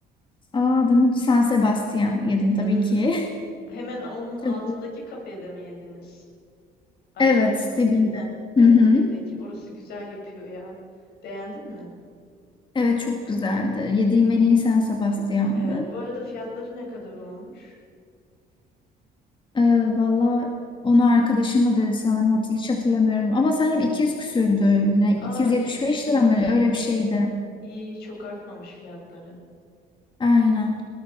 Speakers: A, on the left (about 30°); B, on the left (about 70°).
A: Aa, adını San Sebastian yedim
B: Hmm.
A: tabii ki.
B: Hemen onun
A: <laughs>
B: altındaki
A: Çok iyi.
B: kafede mi yediniz? Aşağısındaki.
A: Evet, dibinde.
B: Heh, evet
A: Hı hı.
B: dibindeki. Orası güzel yapıyor ya. Beğendin mi?
A: Evet, çok güzeldi. Yediğim en iyi San Sebastian'dı.
B: Evet. Bu arada fiyatları ne kadar olmuş?
A: Ee, valla onu arkadaşım ödedi sanırım. Hatır- Hiç hatırlamıyorum. Ama sanırım
B: Evet.
A: 200 küsürdü. Yine 275
B: Aa iyiymiş iyiymiş.
A: lira mı? Öyle bir şeydi.
B: İyi iyi çok artmamış fiyatları.
A: Aynen.